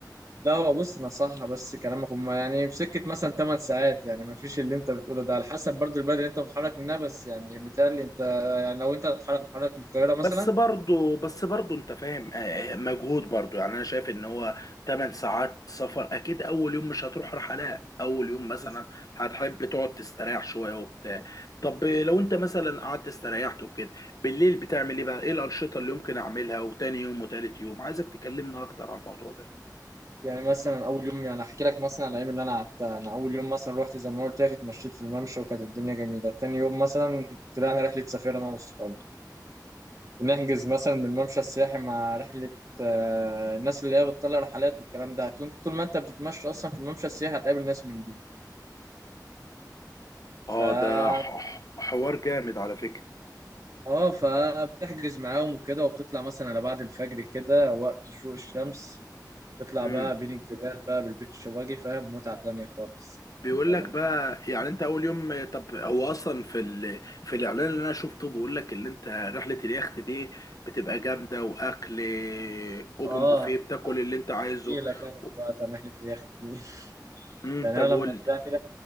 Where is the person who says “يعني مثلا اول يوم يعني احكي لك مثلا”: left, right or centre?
Right